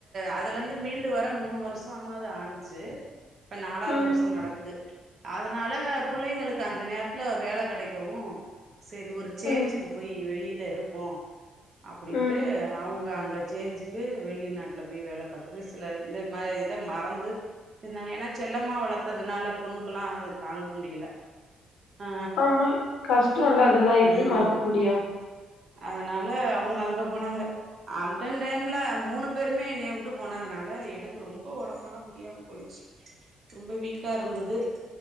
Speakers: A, on the right (about 50°); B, on the left (about 75°).
A: அதுலந்து மீண்டு வர மூணு வருஷமாது ஆனுச்சு இப்ப நாலாவது
B: ம்
A: வருஷம் நடக்குது அதனால புள்ளைங்களுக்கு அந்த நேரத்துல வேல கெடைக்கவு சேரி ஒரு சேஞ்சுக்கு
B: ம்
A: போயி வெளில இருப்போ அப்டின்ட்டு
B: ம்
A: அவுங்க அங்க சேஞ்சுக்கு வெளிநாட்டுல போய் வேல பாத்துட் சில இந்த மாரி இத மறந்து இதா ஏனா செல்லமா வளத்ததுனால பொண்ணுக்கல்லா அது தாங்க முடியல ஆ
B: ஆமா கஷ்டோல்ல அதல்லா எப்டி
A: ம்
B: மறக்க முடியு
A: அதனால அவுங்க அங்க போனாங்க அன்டன் டைம்ல மூணு பேருமே என்னய உட்டு போனதுனால எனக்கு ரொம்ப ஒடம்பல்லா முடியாம போணுச்சி ரொம்ப வீக்கா இருந்துது